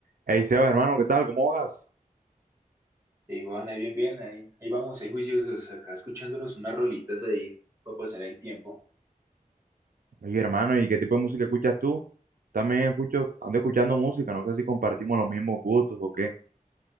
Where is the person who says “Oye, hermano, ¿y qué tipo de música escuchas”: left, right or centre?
Right